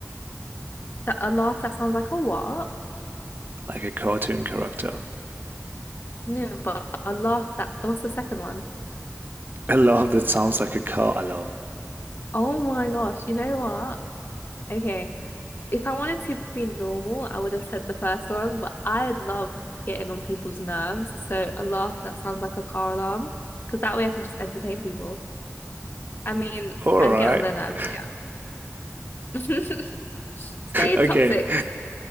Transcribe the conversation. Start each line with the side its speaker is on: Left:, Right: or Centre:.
Left: That a laugh that sounds like a what?
Right: Like a cartoon character.
Left: No, but a laugh that that was the second one.
Right: A laugh that sounds like a car alarm.
Left: Oh my gosh, you know what? Okay. If I wanted to be normal, I would have said the first one, but I love getting on people's nerves. So a laugh that sounds like a car alarm, because that way I can just entertain people. I mean,
Right: All
Left: and
Right: right.
Left: get on their nerves,
Right: <laughs>
Left: yeah. <laughs> Stay
Right: Okay.
Left: toxic.